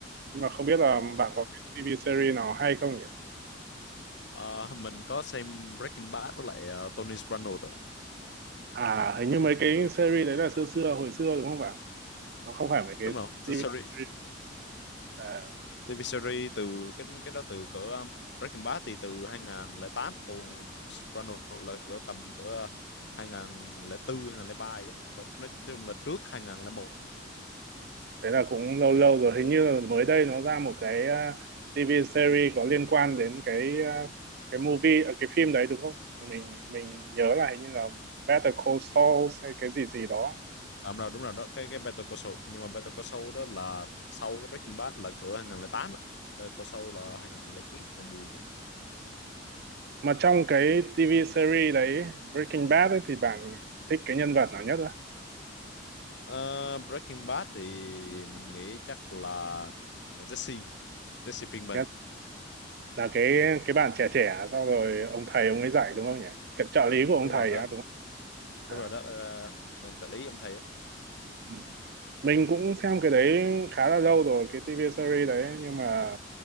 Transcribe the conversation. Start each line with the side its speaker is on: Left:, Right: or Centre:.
Right: Nhưng mà không biết là
Left: Ờ,
Right: bạn có cái TV series nào hay không nhỉ?
Left: ờ, mình có xem Breaking Bad với lại ờ, Tony Soprano đó.
Right: À, hình như mấy cái series đấy là xưa xưa, hồi xưa đúng không bạn? Nó không phải mấy cái
Left: Đúng không?
Right: TV
Left: The Series,
Right: series. À,
Left: TV series từ cái cái đó từ cỡ um, Breaking Bad thì từ hai không không tám còn Soprano là cỡ tầm cỡ 2004 2003 vậy. Đó. Nói nói chung là trước 2001.
Right: đấy là cũng lâu lâu rồi. Hình như là mới đây nó ra một cái à, TV series có liên quan đến cái à, cái movie, à, cái phim đấy đúng không? Mình mình nhớ là hình như là Better Call Saul hay cái gì gì đó.
Left: À, đúng rồi, đúng rồi đó cái cái Better Call Saul nhưng mà Better Call Saul đó là sau cái Breaking Bad là cửa 2008 á. Better Call Saul là 2009 2010 chứ.
Right: Mà trong cái TV series đấy Breaking Bad ấy, thì bạn thích cái nhân vật nào nhất á?
Left: Ờ, Breaking Bad thì mình nghĩ chắc là ờ, Jesse Jesse Pinkman
Right: Thế Là cái cái bạn trẻ trẻ sau rồi ông thầy ông ấy dạy đúng không nhỉ? Cái trợ lý của ông
Left: đúng
Right: thầy
Left: rồi đó
Right: á đúng không? À.
Left: đúng rồi đó ờ, là trợ lý ông thầy á
Right: Ừ. Mình cũng xem cái đấy khá là lâu rồi cái TV series đấy nhưng mà